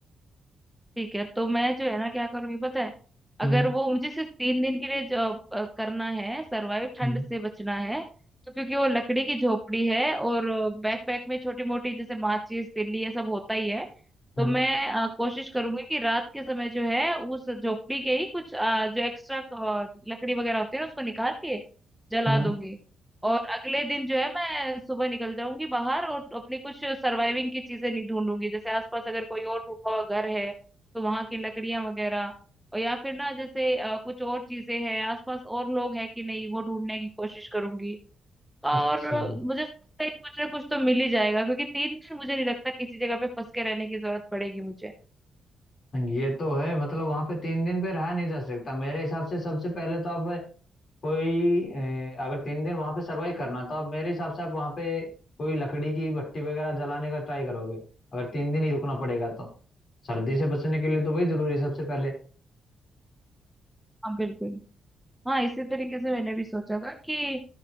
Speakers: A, in the centre; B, on the left.
A: ठीक है तो मैं जो है ना क्या करूंगी पता है
B: हम्म
A: अगर वो मुझे सिर्फ तीन दिन के लिए जो अ, करना है सरवाइव ठंड
B: हम्म
A: से बचना है तो क्योंकि वो लकड़ी की झोपड़ी है और बैक पैक में छोटी मोटी जैसे माचिस तिल्ली ये सब होता ही है
B: हम्म
A: तो मैं अ, कोशिश करूंगी कि रात के समय जो है उस झोपड़ी के ही कुछ अ, जो एक्स्ट्रा लकड़ी वगैरह होती है ना उसको निकाल के जला
B: हम्म
A: दूंगी और अगले दिन जो है मैं सुबह निकल जाऊंगी बाहर और अपनी कुछ सर्वाइविंग की चीजें नहीं ढूंढूंगी जैसे आसपास अगर कोई और टूटा हुआ घर है तो वहां की लकड़ियां वगैरह और या फिर ना जैसे अ, कुछ और चीजें हैं आसपास और लोग हैं कि नहीं वो ढूंढने की कोशिश करूंगी और
B: अच्छा
A: अ, मुझे ऐसा लगता है कुछ ना कुछ तो मिल ही जाएगा क्योंकि तीन दिन मुझे नहीं लगता किसी जगह पे फंस के रहने की जरूरत पड़ेगी मुझे
B: ये तो है मतलब वहां पे तीन दिन पे रहा नहीं जा सकता मेरे हिसाब से सबसे पहले तो आप कोई अ, अगर तीन दिन वहां पे सरवाइव करना तो आप मेरे हिसाब से आप वहां पे कोई लकड़ी की भट्टी वगैरह जलाने का ट्राई करोगे अगर तीन दिन ही रुकना पड़ेगा तो सर्दी से बचने के लिए तो वही जरूरी है सबसे पहले
A: हाँ बिल्कुल हाँ इसी तरीके से मैंने भी सोचा था कि